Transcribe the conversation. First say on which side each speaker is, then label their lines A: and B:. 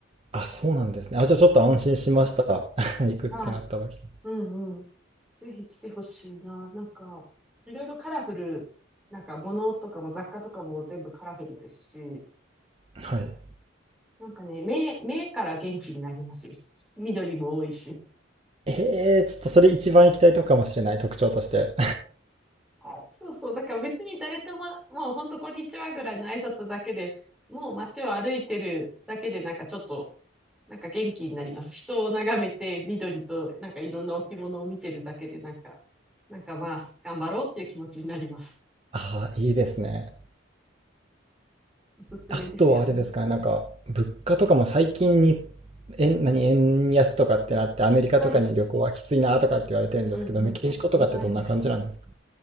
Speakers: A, on the right (about 30°); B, in the centre.
A: あ、そうなんですね。あ、じゃあちょっと安心しました。
B: うんうん
A: <laughs> 行くってなった時。
B: はい。うんうん。ぜひ来てほしいな。なんか、いろいろカラフル、なんか物とかも雑貨とかも全部カラフルですし、
A: はい。
B: なんかね、目、目から元気になりますよ。緑も多いし。
A: えー、ちょっとそれ一番行きたいとこかもしれない、特徴として。
B: はいそうそう、だから別に誰とも、もう本当こんにちはぐらいの挨拶だけで、もう街を歩いてるだけでなんかちょっと、なんか元気になります。人を眺めて、緑となんかいろんな置物を見てるだけで、なんか、なんかまあ、頑張ろうっていう気持ちになります。
A: <laughs> ああ、いいですね。
B: おすすめですよ。
A: あとはあれですかね、なんか、物価とかも最近に、円、何、円安とかってなって、アメリカとかに旅行はきついなとかって言われてるんですけど、
B: はい。うんうん。
A: メキシコとかってどんな感じなんですか
B: はい。